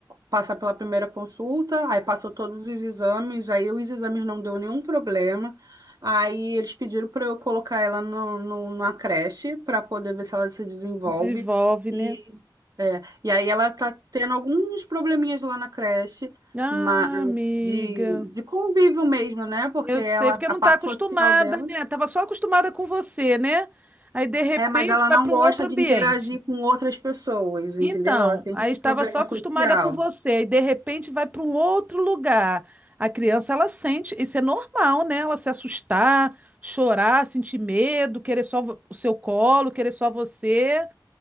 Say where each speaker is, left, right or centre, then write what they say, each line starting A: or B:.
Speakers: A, on the right; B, on the right.
A: passar pela primeira consulta, aí passou todos os exames, aí os exames não deu nenhum problema, aí eles pediram para eu colocar ela no, no, numa creche para poder ver se ela se desenvolve,
B: Desenvolve,
A: e,
B: né?
A: e aí ela tá tendo alguns probleminhas lá na creche,
B: Ah,
A: mas
B: amiga.
A: de, de convívio mesmo, né, porque
B: Eu
A: ela,
B: sei, porque não
A: a parte
B: tá acostumada,
A: social dela
B: né? Tava só acostumada com você, né? Aí de repente
A: É, mas ela
B: vai
A: não
B: para
A: gosta
B: um outro
A: de
B: ambiente.
A: interagir com outras pessoas, entendeu?
B: Então,
A: Ela tem
B: aí
A: esse
B: estava
A: problema
B: só acostumada
A: social.
B: com você, e de repente vai para um outro lugar. A criança, ela sente, isso é normal, né? Ela se assustar, chorar, sentir medo, querer só vo- o seu colo, querer só você.